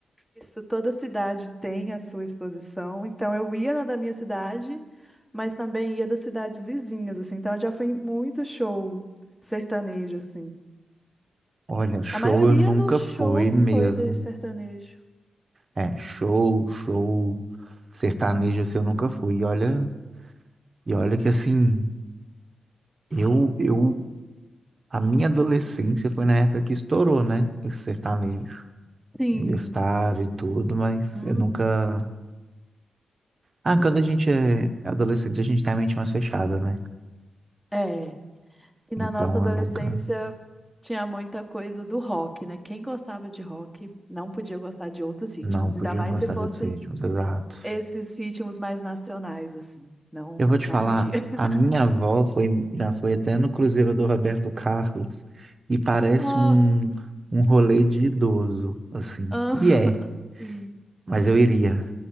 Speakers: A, in the centre; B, on the right.
A: isso, toda cidade tem a sua exposição. Então, eu ia na da minha cidade, mas também ia das cidades vizinhas, assim. Então, eu já fui em muito show sertanejo, assim.
B: Olha, show
A: A maioria
B: eu nunca
A: dos shows
B: fui mesmo.
A: foi de sertanejo.
B: É, show, show, sertanejo assim eu nunca fui. E olha, e olha que assim, eu, eu A minha adolescência foi na época que estourou, né? Esse sertanejo
A: Sim.
B: universitário e tudo, mas
A: Hum,
B: eu nunca. Ah, quando a gente é adolescente, a gente tem a mente mais fechada, né?
A: É. E
B: Então
A: na nossa adolescência
B: eu nunca.
A: tinha muita coisa do rock, né? Quem gostava de rock não podia gostar de outros ritmos,
B: Não, podia
A: ainda mais
B: gostar
A: se fossem
B: de outros ritmos, exato.
A: esses ritmos mais nacionais, assim. Não,
B: Eu vou te
A: não
B: falar,
A: podia. <laughs>
B: a minha avó foi, já foi até no Cruzeiro do Roberto Carlos e parece
A: Oh,
B: um, um rolê de idoso, assim.
A: Ah,
B: E é,
A: <laughs> Sim.
B: mas eu iria.